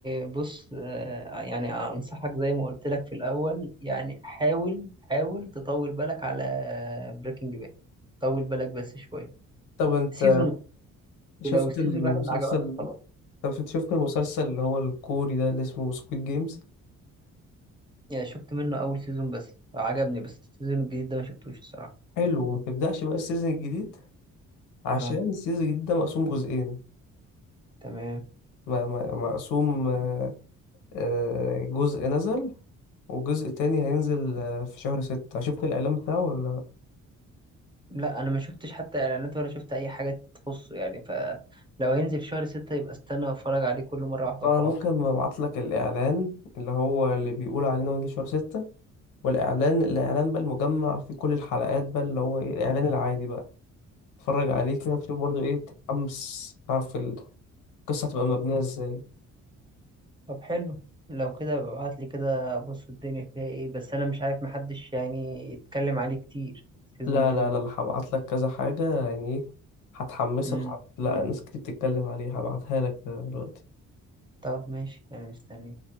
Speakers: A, on the right; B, on the left.
A: بص آه، يعني أنصحك زي ما قلت لك في الأول يعني حاول حاول تطول بالك على بريكنج باد طول بالك بس شوية
B: طب أنت
A: سيزون
B: شفت
A: ولو السيزون
B: المسلسل
A: الواحد ما عجبك خلاص
B: طب شفت شفت المسلسل اللي هو الكوري ده اللي اسمه سكويد جيمز
A: يعني شفت منه أول سيزون بس عجبني بس السيزون الجديد ده ما شفتوش الصراحة
B: حلو وما تبدأش بقى السيزون الجديد عشان
A: اه
B: السيزون الجديد ده مقسوم جزئين
A: تمام
B: م- م- مقسوم آه، آه، جزء نزل وجزء تاني هينزل آه، في شهر ستة شفت الإعلان بتاعه ولا
A: لا انا ما شفتش حتى اعلانات ولا شفت اي حاجه تخصه يعني فلو هينزل في شهر ستة يبقى استنى اتفرج عليه كل مره واحده
B: انا
A: وخلاص
B: ممكن ابعت لك الاعلان اللي هو اللي بيقول علينا من شهر ستة والاعلان الاعلان بقى المجمع فيه كل الحلقات بقى اللي هو ايه الاعلان العادي بقى اتفرج عليه كده تشوف برضه ايه تتحمس تعرف القصة هتبقى مبنية ازاي
A: طب حلو لو كده ابعت لي كده ابص الدنيا فيها ايه بس انا مش عارف محدش يعني يتكلم عليه كتير سيزون
B: لا
A: 2
B: لا لا
A: ده
B: لا هبعت لك كذا حاجة يعني ايه هتحمسك
A: امم
B: وهت... لا ناس كتير بتتكلم عليه هبعتها لك دلوقتي
A: طب ماشي انا مستني